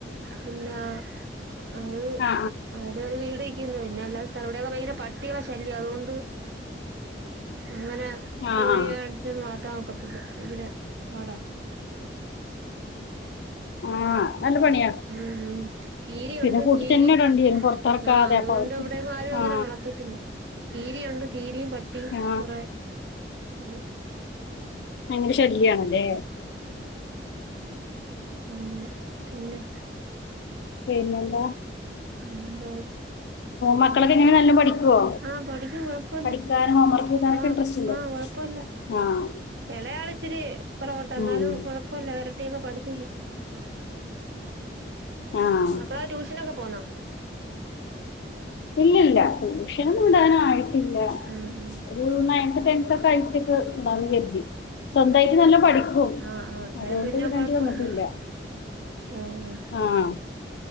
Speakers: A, on the right; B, on the left.
A: പിന്നെ അഹ്
B: ആ ആ
A: അതിലൊരു വീട് വെക്കുന്നു പിന്നെ എല്ലാ സ്ഥലം കൂടേയ് ഭയങ്കര പാ കുട്ടികളെ ശല്യ അതുകൊണ്ട് ഇങ്ങനെ
B: ആ ആ
A: കോഴിയെ ആടിനെ വളർത്താൻ നോക്ക പറ്റില്ല ഇങ്ങനെ പാടാ
B: ആ നല്ല പണിയാ
A: ഉം ഉം കീരിയുണ്ട്
B: പിന്നെ കൂട്ടി
A: ക്കീരി
B: തന്നെ ഇടേണ്ടി വരും പുറത്തിറക്കാതെ
A: ആഹ് അതുകൊണ്ട്
B: അപ്പൊ അവർക്കും
A: ഇവടെ ആരും
B: ആ
A: ഇങ്ങനെ വളർത്തത്തില്ല. കീരിയുണ്ട് കീരയും പട്ടിയും
B: ആ
A: കൊറെ ഇണ്ട്
B: അങ്ങനെ ശല്യണല്ലേ
A: ഉ പിന്നെ
B: പിേന്നല്ല
A: ആന്ത
B: മക്കളൊക്കെ എങ്ങനെ നല്ലോം പഠിക്കുവോ
A: ആ പൊടിക്കും കുഴപ്പല്ല
B: പഠിക്കാൻ ഹോംവർക്ക് എഴുതാനൊക്കെ
A: ആ
B: ഇൻട്രസ്റ്റ് ഉണ്ടോ
A: ആ കുഴപ്പില്ല
B: ആഹ്
A: ഇളയാളിച്ചിരി പൊറോട്ട എന്നാലും
B: ഉം
A: കുഴപ്പില്ല കുട്ടക പഠത്തി
B: ആഹ്
A: മക്കള ട്യൂഷനൊക്കെ പോന്നാ
B: ഇല്ലില്ല ട്യൂഷനന്നും വിടാനായിട്ടില്ല
A: ഉം ഉം
B: ഒരു നയൺത് ടെൻത് വീടൊക്കെ ആയ്റ്റൊക്കെ <unintelligible> കരുതി സ്വന്തായിട്ട് നല്ല പഠി
A: ആഹ് ആഹ് അന്നേരം
B: അതോണ്ട്
A: പിന്നെ
B: വിടണ്ടി
A: കൊഴപ്പല്ല
B: വന്നിട്ടില്ല
A: ആഹ്
B: ആഹ്